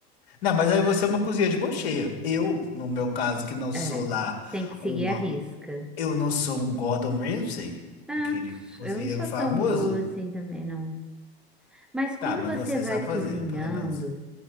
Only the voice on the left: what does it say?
Não, mas aí você é uma cozinha de mão cheia. Eu, no meu caso, que não
sou lá
uma.
Eu não sou um Gordon Ramsay,
aquele
cozinheiro
famoso.
Tá, mas
você
sabe
fazer, pelo menos.